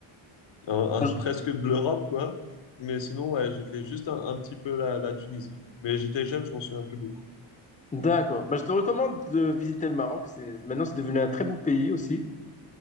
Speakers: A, on the left (about 60°); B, on the left (about 15°).
A: un-
B: je-
A: un- presque de l'Europe, quoi. Mais sinon, ouais, j'ai fait juste un, un petit peu la, la Tunisie. Mais j'étais jeune, je m'en souviens plus beaucoup.
B: d'accord. Bah, je te recommande de visiter le Maroc. C'est, maintenant, c'est devenu un très beau pays aussi.